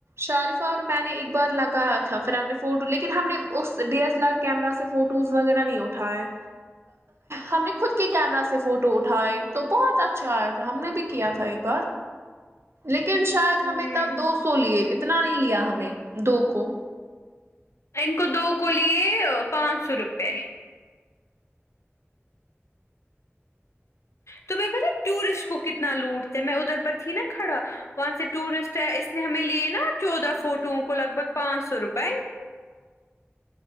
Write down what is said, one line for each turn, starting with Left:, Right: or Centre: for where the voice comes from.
Right: شارفہ اور میں نے ایک بار لگایا تھا پھر ہم نے فوٹو لیکن ہم نے اس D S L R camera سے فوٹوز وغیرہ نہیں اٹھاے ہم نے خود کے کیمرہ سے فوٹو اٹھائے تو بہت اچھا آیا تھا ہم نے بھی کیا تھا ایک بار لیکن شاید
Left: ہوں
Right: ہمیں تب دو سو سو لیے اتنا نہیں لیا ہمیں دو کو
Left: ان کو دو کو لیے پانچ سو روپے تومے پتا ہے ٹورسٹ کو کتنا لوٹتے ہی میں ادھر پر تھی نا کھڑا وہاں سے ٹورسٹ ہے اس نے ہمیں لیے نا چودہ فوٹووں کو لگ بھگ پانچ سو روپئے